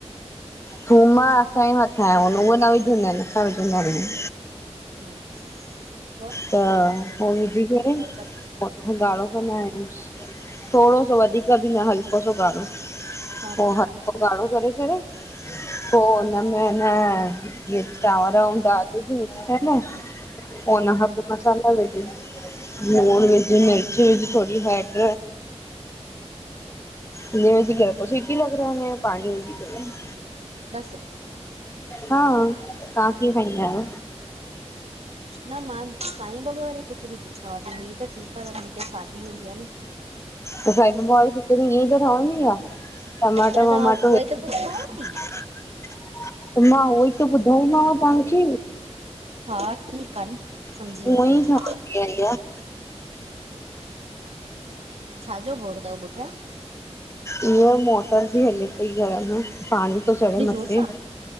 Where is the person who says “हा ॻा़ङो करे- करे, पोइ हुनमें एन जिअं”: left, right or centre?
Left